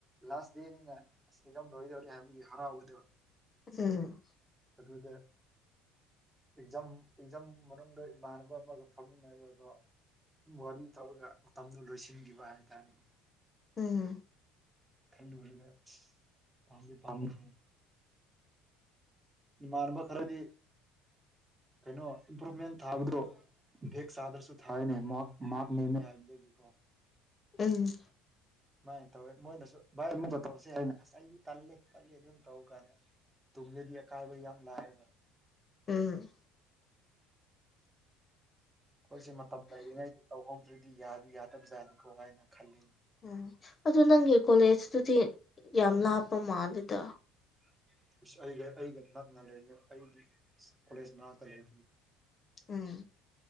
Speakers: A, on the right; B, on the left.
A: ꯂꯥꯁ ꯗꯦꯅꯤꯅ ꯂꯔꯣꯏꯗꯧꯔꯤ ꯍꯥꯏꯕꯒꯤ ꯍꯔꯥꯎꯕꯗꯧꯅꯤ
B: ꯎꯝ
A: ꯑꯗꯨꯗ ꯑꯦꯛꯖꯥꯝ ꯑꯦꯛꯖꯥꯝ ꯃꯅꯨꯡꯗ ꯏꯃꯥꯟꯅꯕ ꯑꯃꯒ ꯐꯝꯃꯤꯟꯅꯕ ꯑꯗꯣ ꯋꯥꯔꯤ ꯇꯧꯔꯒ ꯃꯇꯝꯗꯨꯣ ꯂꯣꯏꯁꯤꯟꯈꯤꯕ ꯍꯥꯏꯇꯥꯔꯦꯅꯦ
B: ꯎꯝꯝ
A: ꯈꯜꯂꯨꯔꯒ ꯑꯁ ꯄꯥꯝꯗꯤ ꯄꯥꯝꯃꯈ꯭ꯔꯦ ꯃꯅꯕ ꯈꯔꯗꯤ ꯀꯩꯅꯣ ꯏꯝꯄ꯭ꯔꯨꯚꯃꯦꯟ ꯊꯥꯕꯗꯣ ꯚꯦꯛ ꯆꯥꯗ꯭ꯔꯁꯨ ꯊꯥꯔꯅꯦ ꯃꯍꯥꯛ ꯃꯥꯜ ꯅꯦꯝꯃꯦ ꯍꯥꯏꯕꯒꯤꯀꯣ
B: ꯎꯝ
A: ꯁꯨꯃꯥꯏꯅ ꯇꯧꯋꯦ ꯃꯣꯏꯅꯁꯨ ꯚ ꯇꯧꯁꯦ ꯍꯥꯏ ꯑꯁ ꯑꯩꯗꯤ ꯇꯜꯂꯦ ꯇꯂꯦ ꯑꯗꯨꯝ ꯇꯧ ꯀꯥꯟꯗ ꯇꯨꯡꯂꯗꯤ ꯑꯀꯥꯏꯕ ꯌꯥꯝ ꯂꯥꯏꯕ
B: ꯎꯝ
A: ꯑꯩꯈꯣꯏꯁꯦ ꯃꯇꯝ ꯂꯩꯔꯤꯉꯩꯗ ꯇꯧꯍꯧꯗ꯭ꯔꯗꯤ ꯌꯥꯗꯤ ꯌꯥꯗꯕꯖꯥꯅꯤꯀꯣ ꯍꯥꯏꯅ ꯈꯜꯂꯤ
B: ꯎꯝ ꯑꯗꯨ ꯅꯪꯒꯤ ꯀꯣꯂꯦꯖꯇꯨꯗꯤ ꯌꯥꯝ ꯂꯥꯞꯄ ꯃꯥꯜꯂꯗ
A: <unintelligible> ꯑꯩ ꯑꯩꯒ ꯅꯛꯅ ꯂꯩ ꯑꯩꯗꯤ ꯀꯣꯂꯦꯖ ꯃꯅꯥꯛꯇ ꯂꯩ
B: ꯎꯝ